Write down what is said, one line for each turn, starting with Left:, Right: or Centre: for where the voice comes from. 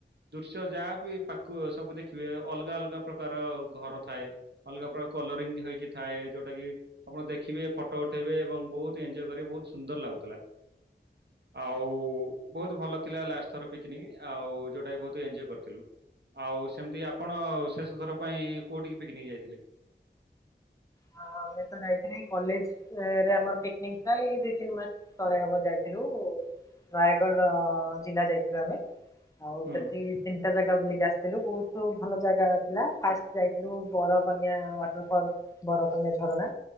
Right: ଦୃଶ୍ୟ ଯାହାବି ପା ସବୁ ଦେଖିବେ ଅଲଗା ଅଲଗା ପ୍ରକାର ଘର ଥାଏ। ଅଲଗା ପ୍ର କଲରିଙ୍ଗ ହେଇକି ଥାଏ ଯୋଉଟା କି ଆପଣ ଦେଖିବେ ଫଟ ଉଠେଇବେ ଏବଂ ବହୁତ ଏନଜୟ କରିବେ ବହୁତ ସୁନ୍ଦର ଲାଗୁଥିଲା। ଆଉ ବହୁତ ଭଲ ଥିଲା ଲାଷ୍ଟ ଥର ପିକନିକ ଆଉ ଯୋଉଟା ବହୁତ ଏନଜଏ କରିଥିଲୁ। ଆଉ ସେମିତି ଆପଣ ଶେଷଥର ପାଇଁ କୋଉଠିକି ପିକନିକ୍ ଯାଇଥିଲେ?
Left: ହଁ ଆମେ ତ ଯାଇଥି ନି କଲେଜରେ ଆମର ପିକନିକ ଏଇ ଦିଇ ତିନି ମାସ ତଳେ ହବ ଯାଇଥିଲୁ ନୟଗଡ ଜିଲ୍ଲା ଯାଇଥିଲୁ ଆମେ। ଆଉ
Right: ହୁଁ
Left: ସେଠି ତିନିଟା ଜାଗା ବୁଲିକି ଆସ ଥିଲୁ ବହୁତ ଭଲ ଜାଗା ଥିଲା ଫାଷ୍ଟ ଯାଇଥିଲୁ ବରକନ୍ୟା ୱାଟର ଫଲ୍। ବର କନ୍ୟା ଝରଣା